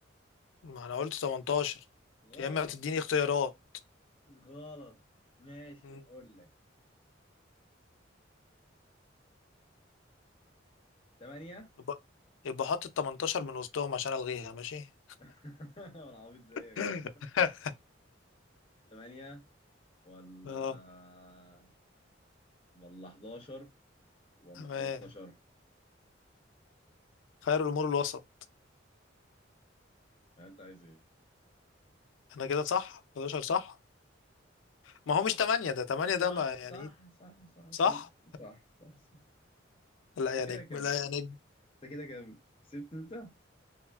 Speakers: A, on the left; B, on the left.
A: ما انا قلت 18
B: غلط
A: يا اما تديني اختيارات
B: غلط ماشي
A: مم.
B: اقول لك ثمانية
A: يبقى يبقى حط ال 18 من وسطهم عشان الغيها ماشي
B: <laughs> انا عبيط زيك
A: <laughs>
B: ثمانية ولا
A: اه
B: ولا 11 ولا
A: تمام
B: 15
A: خير الامور الوسط
B: يعني انت عايز ايه
A: انا كده صح 11 صح ما هو
B: صح
A: مش 8 ده 8 ده
B: صح
A: ما يعني
B: صح
A: ايه
B: صح صح
A: صح
B: صح صح صح, صح.
A: لا
B: انت
A: يا نجم
B: كده كام
A: لا يا نجم
B: انت كده كام كسبت انت